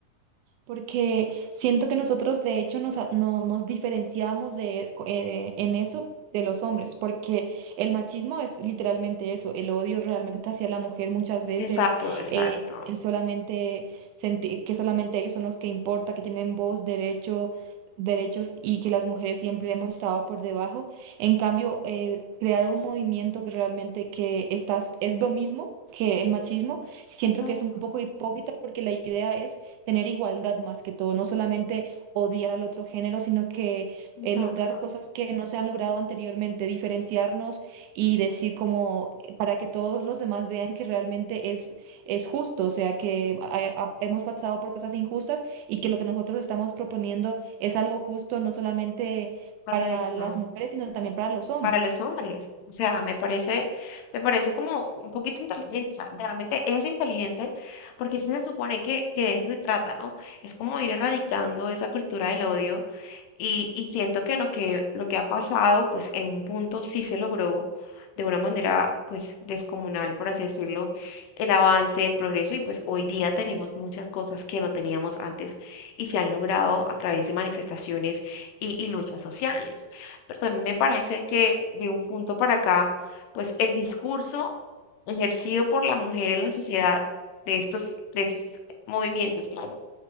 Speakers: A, on the right; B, on the left.
A: porque siento que nosotros de hecho nos, a- no, nos diferenciamos de, eh, de- en eso de los hombres, porque el machismo es literalmente eso, el odio realmente hacia la mujer muchas veces,
B: Exacto, exacto.
A: eh, el solamente sentir que solamente ellos son los que importa, que tienen voz, derecho, derechos y que las mujeres siempre hemos estado por debajo. En cambio, eh, crear un movimiento que realmente que estás, es lo mismo que el machismo, siento
B: Exacto.
A: que es un poco hipócrita porque la idea es tener igualdad más que todo, no solamente odiar al otro género, sino que
B: Exacto,
A: eh, lograr cosas que no se han logrado anteriormente, diferenciarnos y decir como eh, para que todos los demás vean que realmente es, es justo, o sea, que a- a- hemos pasado por cosas injustas y que lo que nosotros estamos proponiendo es algo justo, no solamente
B: correcto.
A: para las mujeres, sino también para los hombres.
B: Para los hombres, o sea, me parece, me parece como un poquito inteligente, o sea, realmente es inteligente porque sí se supone que, que de eso se trata, ¿no? Es como ir erradicando esa cultura del odio Y, y siento que lo que, lo que ha pasado, pues en un punto sí se logró de una manera, pues descomunal, por así decirlo, el avance, el progreso, y pues hoy día tenemos muchas cosas que no teníamos antes y se han logrado a través de manifestaciones y, y luchas sociales. Pero también me parece que de un punto para acá, pues el discurso ejercido por la mujer en la sociedad de estos, de esos movimientos, claro,